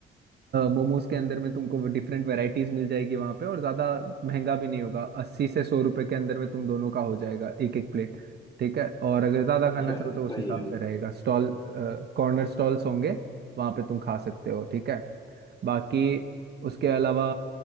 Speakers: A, on the right; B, on the left.
A: मोमोज के अंदर में तुमको डिफरेंट वेराइटीज मिल जाएगी वहां पे और ज्यादा महंगा भी नहीं होगा अस्सी से सौ रुपए के अंदर में तुम दोनों का हो जाएगा एक एक प्लेट ठीक है और अगर ज्यादा
B: अच्छा
A: खाना चाहो तो
B: सही
A: उस हिसाब
B: है
A: से रहेगा स्टॉल कॉर्नर स्टॉल्स होंगे वहां पे तुम खा सकते हो ठीक है बाकी उसके अलावा